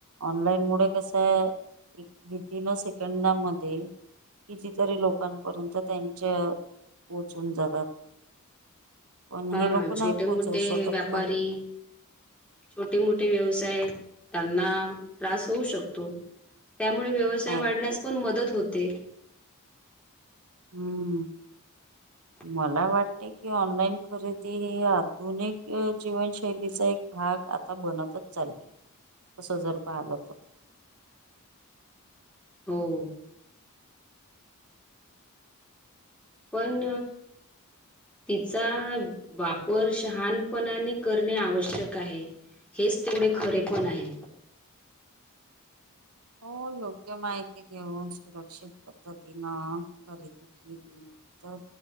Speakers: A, on the right; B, in the centre.
A: ऑनलाईन मु कस एक विथन सेकंडामध्ये कितीतरी लोकांपर्यंत त्यांच्या पोहचून जातात. पण
B: हा
A: हे लोक नाही
B: छोटे
A: पोहोचवू
B: मोठे
A: शकत
B: व्यापारी
A: ना
B: छोटे मोठे व्यवसाय त्यांना त्रास होऊ शकतो. त्यामुळे व्यवसाय
A: नाहीत
B: वाढण्यास पण मदत होते.
A: हम्म
B: ह <inaudible>
A: मला वाटते की ऑनलाईन खरेदी हे आधुनिक जीवनशैलीचा एक भाग आता बनतच चालली असं जर पाहिलं तर.
B: हो पण तिचा वापर शहानपणाने करणे आवश्यक आहे हेच तेवढे खरे पण आहे
A: हो योग्य माहिती घेऊन सुरक्षित पद्धतीनं खरेदी केली तर